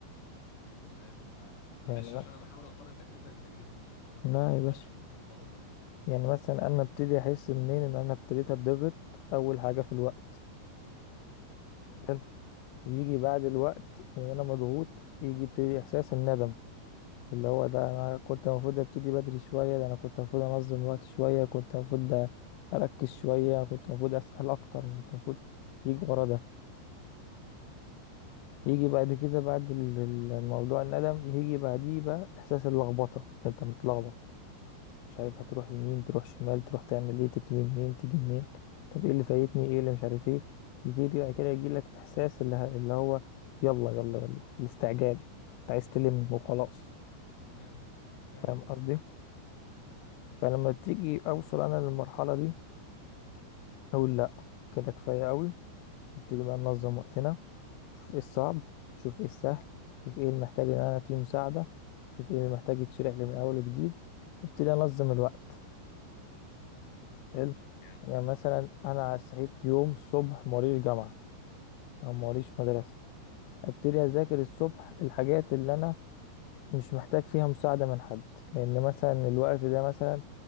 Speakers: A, on the left; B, on the left.
A: تمام معاك معلش
B: يعني لا
A: عشان انا بحاول اقارن تجربتك بتجربتي تمام
B: لا
A: فبمشي
B: يا باشا
A: نقطه نقطه كده
B: يعني مثلا انا ابتدي احس منين ان انا ابتديت اتضغط اول حاجه في الوقت
A: جامد
B: حلو ويجي
A: امم
B: بعد الوقت وان انا مضغوط يجي ابتدي احساس الندم اللي هو ده
A: تمام
B: انا كنت المفروض ابتدي بدري شويه ده انا كنت المفروض انظم الوقت شويه كنت المفروض اركز شويه كنت المفروض اسال اكتر كنت المفروض يجي ورا ده يجي بعد كده بعد ال- ال- الموضوع الندم يجي بعديه بقى احساس اللخبطه انت متلخبط مش عارف هتروح يمين تروح شمال تروح تعمل ايه تبتدي منين تيجي منين طب ايه اللي فايتني ايه اللي مش عارف ايه يجي بعد كده يجي لك احساس اللي, ه- اللي هو يلا يلا يلا الاستعجال انت عايز تلم وخلاص
A: جامد فعلا
B: فاهم قصدي
A: امم
B: فلما تيجي اوصل انا للمرحله دي اقول لا كده كفايه قوي نبتدي بقى ننظم وقتنا شوف ايه الصعب شوف ايه السهل شوف ايه اللي محتاج ان انا فيه مساعده شوف ايه اللي محتاج يتشرح لي من اول وجديد وابتدي انظم الوقت حلو
A: جامد
B: يعني مثلا انا صحيت يوم الصبح موريش جامعه او موريش مدرسه ابتدي اذاكر الصبح الحاجات اللي انا مش محتاج فيها مساعده من حد لان مثلا الوقت ده مثلا